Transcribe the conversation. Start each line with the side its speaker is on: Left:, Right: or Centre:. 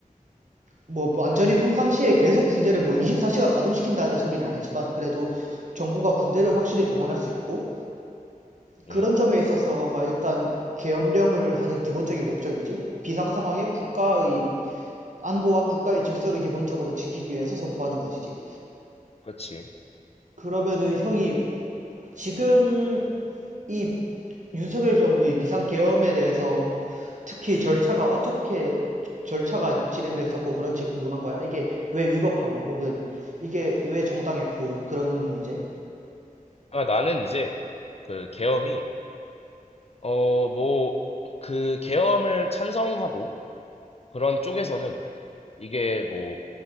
Right: 뭐 완전히 평상시에 계속 군대를 뭐 24시간 가동시킨다는 소리는 아니지만 그래도 정부가 군대를 확실히 동원할 수 있고 그런
Left: 음,
Right: 점에 있어서가 일단 계엄령을 하는 기본적인 목적이지 비상 상황에 국가의 안보와 국가의 질서를 기본적으로 지키기 위해서 선포하는 것이지.
Left: 그치.
Right: 그러면은 형이 지금 이 윤석열 정부의 비상 계엄에 대해서 특히 절차가 어떻게 절차가 진행됐었고 그런지 궁금한 거야. 이게 왜 위법하고 혹은 이게 왜 정당했고 그런 문제?
Left: 아, 나는 이제 그 계엄이, 어, 뭐, 그 계엄을 찬성하고 그런 쪽에서는 이게 뭐